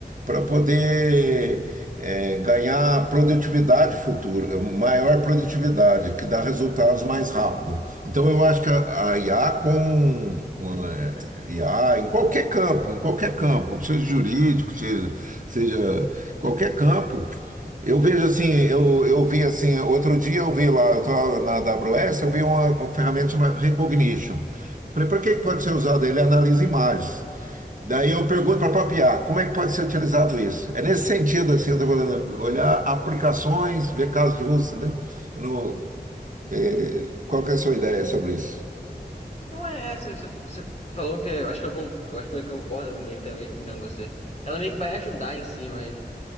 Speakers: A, on the right (about 50°); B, on the left (about 40°).
A: para poder eh, ganhar produtividade futura, maior produtividade, que dá resultados mais rápido. Então eu acho que a, a IA como um, um, eh, IA em qualquer campo, em qualquer campo, seja jurídico, seja, seja qualquer campo. Eu vejo assim, eu, eu vi assim, outro dia eu vi lá, eu estava na AWS, eu vi uma, uma ferramenta chamada Recognition. Falei, por que que pode ser usado? Ele analisa imagens. Daí eu pergunto para a própria IA, como é que pode ser utilizado isso? É nesse sentido, assim, eu estou falando, olhar aplicações, ver casos de uso, entendeu? Eu não- eh, qual que é a sua ideia sobre isso?
B: Não é essa, você, você falou que. Eu acho que eu, con- eu acho que eu concordo meio que também com a opinião de você. Ela meio que vai ajudar em si, mas.